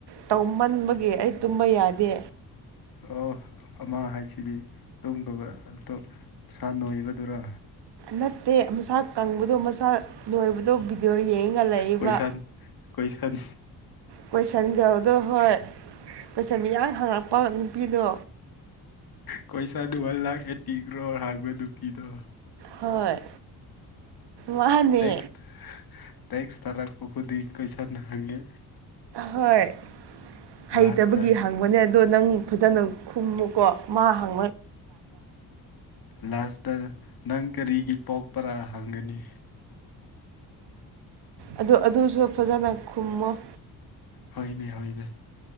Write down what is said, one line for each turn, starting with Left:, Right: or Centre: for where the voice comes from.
Right: ꯇꯧꯃꯟꯕꯒꯤ ꯑꯩ ꯇꯨꯝꯕ ꯌꯥꯗꯦ
Left: ꯑꯣ ꯑꯃ ꯍꯥꯏꯁꯤꯗꯤ ꯇꯨꯝꯒꯕ ꯃꯁꯥꯥ ꯅꯣꯏꯕꯗꯨꯔ
Right: ꯅꯠꯇꯦ ꯃꯁꯥ ꯀꯪꯕꯗꯣ ꯃꯁꯥ ꯅꯣꯏꯕꯗꯣ ꯚꯤꯗꯤꯑꯣ ꯌꯦꯡꯉꯒ ꯂꯩꯌꯦꯕ
Left: ꯀꯣꯏꯁꯟ ꯀꯣꯏꯁꯟ
Right: ꯀꯣꯏꯁꯟ ꯒ꯭ꯔꯣꯗꯣ ꯍꯣꯏ ꯀꯣꯏꯁꯟ ꯃꯤꯌꯥꯝꯡ ꯍꯥꯡꯉꯛꯄ ꯅꯨꯄꯤꯗꯣ
Left: ꯄꯩꯁꯥꯗꯨ ꯋꯥꯟ ꯂꯥꯈ ꯑꯦꯠꯇꯤ ꯀ꯭ꯔꯣꯔ ꯍꯥꯡꯕ ꯅꯨꯄꯤꯗꯣ
Right: ꯍꯣꯏ ꯃꯥꯅꯦ
Left: ꯇꯦꯛꯁ ꯇꯦꯛꯁ ꯇꯔꯛꯄ ꯈꯨꯗꯤꯡ ꯀꯣꯢꯁꯥꯟ ꯍꯪꯉꯤ
Right: ꯍꯣꯏ ꯍꯩꯇꯕꯒꯤ
Left: ꯂꯥꯁꯇ
Right: ꯍꯪꯕꯅꯦ ꯑꯗꯣ ꯅꯪ ꯐꯖꯅ ꯈꯨꯝꯃꯨꯀꯣ ꯃꯥ ꯍꯪꯉ
Left: ꯂꯥꯁꯇ ꯅꯪ ꯀꯔꯤꯒꯤ ꯄꯣꯛꯄꯔꯥ ꯍꯪꯒꯅꯤ
Right: ꯑꯗꯨ ꯑꯗꯨꯁꯨ ꯐꯖꯅ ꯈꯨꯝꯃꯣ
Left: ꯍꯣꯏꯅꯦ ꯍꯣꯏꯅꯦ